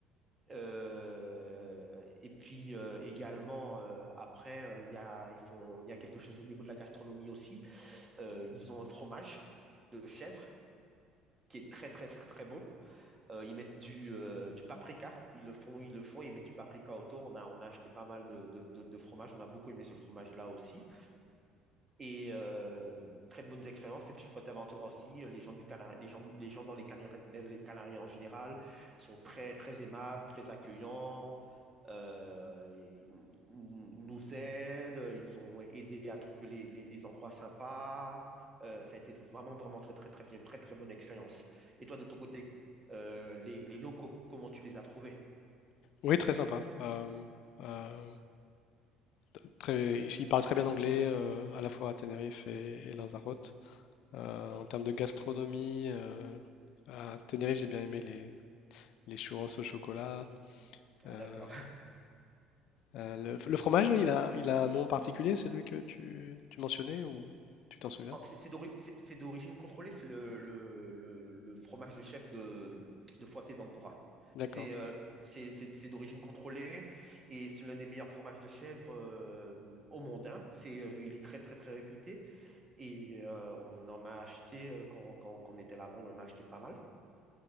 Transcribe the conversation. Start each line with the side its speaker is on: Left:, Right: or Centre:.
Right: Euh, et puis euh, également, euh, après, euh, il y a, ils font, il y a quelque chose au niveau de la gastronomie aussi. Euh, ils ont un fromage de chèvre qui est très, très, très, très bon. Euh, ils mettent du, euh, du paprika, ils le font, ils le font, ils mettent du paprika autour. On a, on a acheté pas mal de, de, de, de fromage, on a beaucoup aimé ce fromage-là aussi. Et euh, très bonnes expériences. Et puis Fuerteventura aussi, euh, les gens du Canari- les gens, les gens dans les Canaries, dans les Canaries en général sont très, très aimables, très accueillants. Euh, ils ils nous aident, ils nous ont aidés à trouver les, les- les endroits sympas. Euh, ça a été vraiment, vraiment très, très, très bien, une très, très bonne expérience. Et toi, de ton côté, euh, les, les, locaux, comment tu les as trouvés.
Left: oui, très sympa. Euh, euh, t- très, ils parlent très bien anglais euh, à la fois à Tenerife et, et Lanzarote. Euh, en termes de gastronomie, euh, à Tenerife, j'ai bien aimé les, les churros au chocolat.
Right: Ah,
Left: Euh,
Right: d'accord. <laughs>
Left: Euh, le, le fromage, là, il a, il a un nom particulier, celui que tu, tu mentionnais, ou tu t'en souviens?
Right: En fait, c'est d'ori- c'est- c'est d'origine contrôlée, c'est le, le, le, le fromage de chef de, de Fuerteventura.
Left: D'accord.
Right: C'est euh, c'est c'est- c'est d'origine contrôlée et c'est l'un des meilleurs fromages de chèvre euh, au monde. hein. C'est, euh, il est très, très, très réputé et euh, on en a acheté, euh, quand, quand, quand on était là-bas, on en a acheté pas mal.